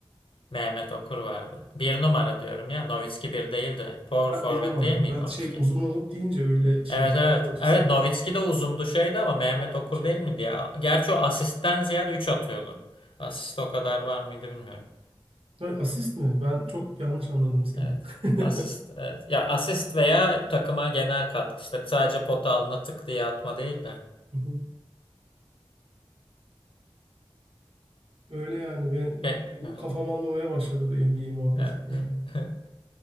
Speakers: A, on the left; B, on the right.
A: Mehmet Okur vardı. Bir numara diyorum ya. Nowitzki bir değildi. Power
B: Ha,
A: forward
B: bir numara.
A: değil miydi
B: Ben
A: Nowitzki?
B: şey uzun olup deyince öyle şey
A: Evet evet.
B: boy açısından.
A: Evet Nowitzki de uzundu şeydi ama Mehmet
B: Ona
A: Okur
B: şey.
A: değil miydi ya? Gerçi o asistten ziyade 3 atıyordu. Asist o kadar var mıydı bilmiyorum.
B: Ha, Asist mi? Ben çok yanlış anladım seni.
A: Evet.
B: <laughs>
A: Asist evet. Ya asist veya takıma genel katkı işte sadece pota altına tık diye atma değil de.
B: Hı hı. Öyle yani ben,
A: Şey,
B: benim
A: evet.
B: kafam almamaya başladı bu NBA muhabbeti
A: Evet.
B: ya.
A: <laughs>